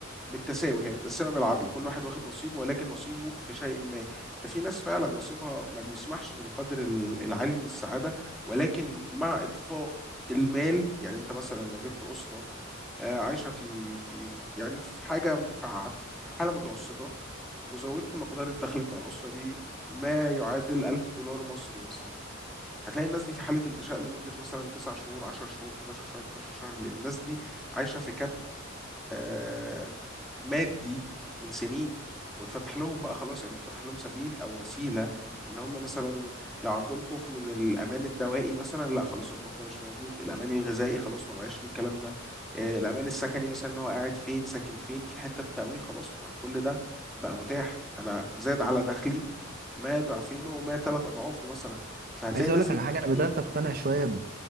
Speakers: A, in the centre; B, on the right.
A: بالتساوي هي متقسمه بالعدل كل واحد واخد نصيبه ولكن نصيبه في شيء ما ففي ناس فعلا نصيبها ما بيسمحش بالقدر ال- العالي من السعاده ولكن مع اطفاء المال يعني انت مثلا لو جبت اسره آه، عايشه في في يعني في حاجه في ع- في حاله متوسطه وزودت مقدار الدخل بتاع الاسره دي ما يعادل 1000 دولار مصري مثلا هتلاقي الناس دي في حالة انتشاء لمدة مثلا 9 شهور 10 شهور 11 شهر 12 شهر لأن الناس دي عايشة في كاب آه، مادي من سنين واتفتح لهم بقى خلاص يعني اتفتح لهم سبيل او وسيله ان هم مثلا لو عندهم خوف من الامان الدوائي مثلا لا خلاص الخوف ده مش موجود الامان الغذائي خلاص ما بقاش فيه الكلام ده آه، الامان السكني مثلا ان هو قاعد فين ساكن فين في حته بتأويه خلاص ما كل ده بقى متاح انا زاد على دخلي ما ضعفينه وما ثلاث اضعافه مثلا فهتلاقي
B: عايز
A: الناس
B: اقول لك
A: دي
B: على حاجه انا بدات
A: مم،
B: اقتنع شويه ب...